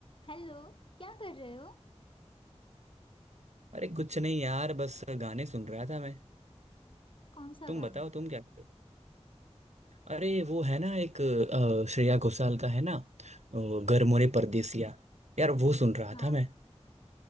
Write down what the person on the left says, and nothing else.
हेलो क्या कर रहे हो
कौन सा
गाना
वो-
हाँ